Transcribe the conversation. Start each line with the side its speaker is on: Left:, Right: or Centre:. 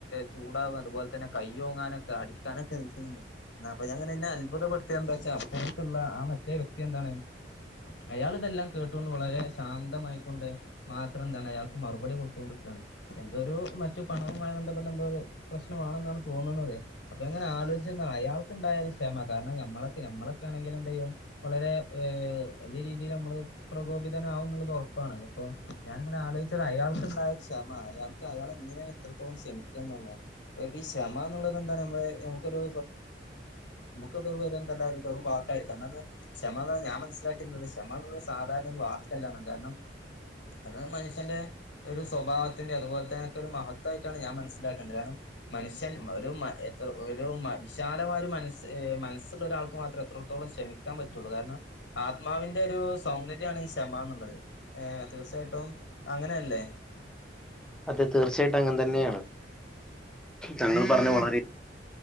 Left: ചൂടാവും അതുപോലെ തന്നെ കൈയൊങ്ങാനൊക്കെ അടി ക്കാനൊക്കെ നിൽക്കിണ്ട്. ന്താ പ്പോ ഞാ ഇങ്ങനെ ഇന്ന അത്ഭുതപ്പെടുത്തിയ എന്താ വച്ചാ അപ്പുറത്തുള്ള ആ മറ്റേ വ്യക്തി എന്താണ് അയാൾ ഇതെല്ലാം കേട്ടു കൊണ്ട് വളരെ ശാന്തമായിക്കൊണ്ട് മാത്രം എന്താണ് അയാൾക്ക് മറുപടി കൊടു ത്തോണ്ടിക്കാണ് എന്തോരു മറ്റു പണവുമായി ബന്ധപ്പെട്ട എന്തോരു പ്രശ്നമാണെന്നാണ് തോന്നണത്. അപ്പൊ ഞാൻ ഇങ്ങനെ ആലോചിച്ച അയാൾക്ക് ഉണ്ടായ ഒരു ക്ഷമ കാരണം നമ്മളൊക്കെ നമ്മളൊക്കെ ആണെങ്കിൽ എന്തെയ്യും വളരെ ഏഹ് വലിയ രീതിയില് അമ്മള് പ്രകോപിതനാവുനുള്ളത് ഉറപ്പാണ് അപ്പൊ ഞാൻ ഇങ്ങനെ ആലോചിച്ചത് അയാൾക്ക് ണ്ടായ ക്ഷമ അയാൾക്ക് അയാളെ എന്തിനാണ് എത്രത്തോളം ക്ഷമിക്കാന്ന് ഉള്ളതാണ്. ഒരു ക്ഷമ എന്നുള്ളത് എന്താണ് നമ്മള് നമുക്കൊരു <unintelligible> എന്തല്ലാം വെറും വാക്കാര്. ക്ഷമ എന്നുള്ളെ ഞാൻ മനസ്സിലാക്കുന്നത് ക്ഷമ എന്നുള്ളെ സാധാരണ ഒരു വാക്കല്ലാന്നാണ് കാരണം അത് മനുഷ്യന്റെ ഒരു സ്വഭാവത്തിന്റെ അതുപോലെ തന്നെ ഒക്കെ ഒരു മഹതായിട്ടാണ് ഞാൻ മനസ്സിലാക്കേണ്ടത് കാരണം മനുഷ്യൻ ഒരു മ എത്ര ഒരു മ വിശാലമായ ഒരു മനസ് മനസ്സുള്ള ഒരാൾക്ക് മാത്രം എത്രത്തോളം ക്ഷമിക്കാൻ പറ്റുള്ളൂ കാരണം ആത്മാവിന്റെ ഒരു സൗന്ദര്യമാണ് ഈ ക്ഷമ എന്നുള്ളത്. ഏ ഹ് തീർച്ചയായിട്ടും അങ്ങനല്ലേ?
Centre: അതെ തീർച്ചയായിട്ടും അങ്ങൻ തന്നെയാണ് തങ്ങൾ പറഞ്ഞ വളരെ